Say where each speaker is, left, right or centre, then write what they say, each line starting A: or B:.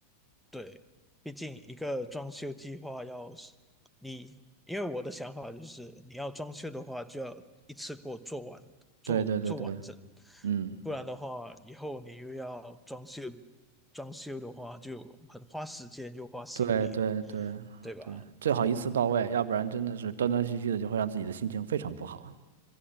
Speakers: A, in the centre; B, on the right.
A: 对，毕竟一个装修计划要是你，因为我的想法就是，你要装修的话，就要一次过做完，做做完整，
B: 对对对对，嗯，
A: 不然的话，以后你又要装修，装修的话就很花时间又花心力，
B: 对对对对，
A: 对吧？
B: 最好一次到位，
A: 嗯，
B: 要不然真的是断断续续的，就会让自己的心情非常不好啊。